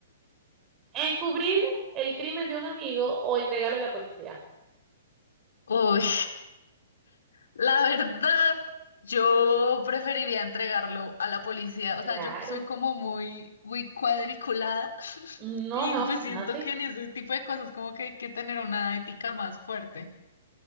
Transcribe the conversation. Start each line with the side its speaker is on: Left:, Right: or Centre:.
Right: ¿Encubrir el crimen de un amigo o entregarlo a la policía?
Left: Uy, la verdad, yo preferiría entregarlo a la policía.
Right: Claro.
Left: O sea, yo soy como muy, muy cuadriculada <laughs>
Right: No,
Left: y
Right: no,
Left: pues siento
Right: es así.
Left: que en ese tipo de cosas como que hay que tener una ética más fuerte.